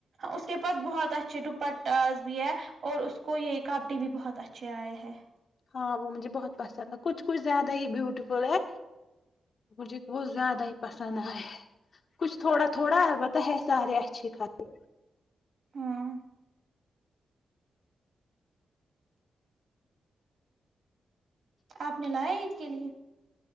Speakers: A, on the right (about 65°); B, on the left (about 55°).
A: اس کے پاس بہت اچھے ڈپٹ بھی ہے اور اس کو یہ کپڈی بھی بہت اچھے آئے ہے
B: ہاں وہ مجھے بہت پسند ہے کچھ کچھ زیادہ ہی بیوٹیفل ہے مجھے وہ زیادہ ہی پسند آیا کچھ تھوڑا تھوڑا البتہ ہے سارے اچھے خاصر
A: ہاں آپ نے لایا عید کے لیے